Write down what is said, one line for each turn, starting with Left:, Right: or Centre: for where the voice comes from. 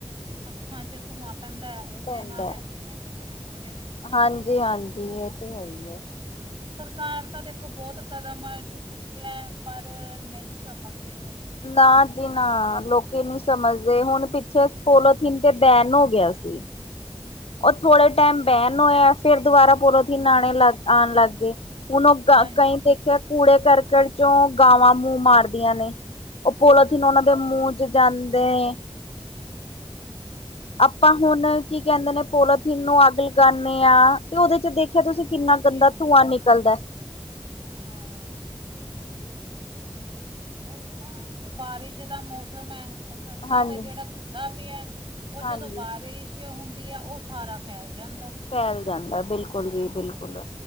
Right: ਅੱਖਾਂ ਚ ਧੂੰਆਂ ਪੈਂਦਾ ਐ ਉਹਦੇ
Left: ਪੈਂਦਾ
Right: ਨਾਲ਼ ਐਕਸੀਡੈਂਟ ਬੜੇ ਹੋ ਰਹੇ ਨੇ।
Left: ਹਾਂਜੀ ਹਾਂਜੀ ਇਹ ਤੇ ਹੈ ਈ ਹੈ।
Right: ਸਰਕਾਰ ਤਾਂ ਦੇਖੋਂ ਬਹੁਤ ਕਦਮ ਚੁੱਕ ਰਹੀ ਐ ਪਰ ਨਹੀਂ ਸਮਝਦੇ ਹੈਗੇ
Left: ਨਾ ਜੀ ਨਾ ਲੋਕੀਂ ਨੀ ਸਮਝਦੇ ਹੁਣ ਪਿੱਛੇ ਪੋਲੋਥੀਨ ਤੇ ਬੈਨ ਹੋ ਗਿਆ ਸੀ
Right: ਹੂਮ
Left: ਥੋੜ੍ਹੇ ਟੈਮ ਬੈਨ ਹੋਇਆਂ ਫ਼ੇਰ ਦੁਬਾਰਾ ਪੋਲੋਥੀਨ ਆਣਨੇ ਲੱਗ ਆਣ ਲੱਗ ਗੇ ਹੁਣ ਓ
Right: ਹਾਂਜੀ
Left: ਕਈ ਦੇਖਿਆਂ ਕੂੜੇ ਕਰਕਟ ਚੋਂ ਗਾਵਾਂ ਮੂੰਹ ਮਾਰਦੀਆਂ ਨੇ ਉਹ ਪੋਲੋਥੀਨ
Right: ਹਾਂਜੀ
Left: ਉਹਨਾਂ ਦੇ ਮੂੰਹ ਚ ਜਾਂਦੇ ਨੇ ਆਪਾਂ ਹੁਣ ਕੀ ਕਹਿੰਦੇ ਨੇ ਪੋਲੋਥੀਨ ਨੂੰ ਅੱਗ ਲਗਾਨੇ ਆ ਤੇ ਉਹਦੇ ਚ ਦੇਖ ਦੇਖਿਆਂ ਤੁਸੀਂ ਕਿੰਨਾ
Right: ਹਾਂਜੀ
Left: ਗੰਦਾ
Right: ਹਾਂਜੀ
Left: ਧੂੰਆਂ ਨਿਕਲਦਾ
Right: ਹਾਂ ਆਆ। ਉਹੀ ਤਾਂ ਹੁਣ ਬਾਰਿਸ਼ ਦਾ ਮੌਸਮ ਐ ਉਹ ਸੜਕਾਂ
Left: ਹਾਂਜੀ
Right: ਤੇ ਜਿਹੜਾ ਕੂੜਾ ਪਿਆ ਉਹ ਜਦੋਂ
Left: ਹਾਂਜੀ
Right: ਬਾਰਿਸ਼ ਹੁੰਦੀ ਆ ਉਹ ਸਾਰਾ ਫੈਲ ਜਾਂਦਾ।
Left: ਫੈਲ ਜਾਂਦਾ ਬਿਲਕੁਲ ਜੀ ਬਿਲਕੁਲ।